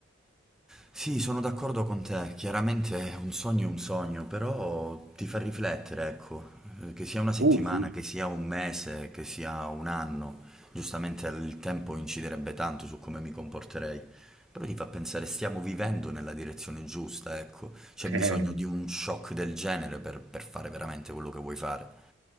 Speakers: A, in the centre; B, on the right.
A: Sì, sono d'accordo con te, chiaramente un sogno è un sogno, però ti fa riflettere, ecco, Eh, che sia una settimana,
B: Uh, sì.
A: che sia un mese, che sia un anno, giustamente il tempo inciderebbe tanto su come mi comporterei, però ti fa pensare stiamo vivendo nella direzione giusta, ecco, c'è bisogno
B: Eh.
A: di un shock del genere per, per fare veramente quello che vuoi fare.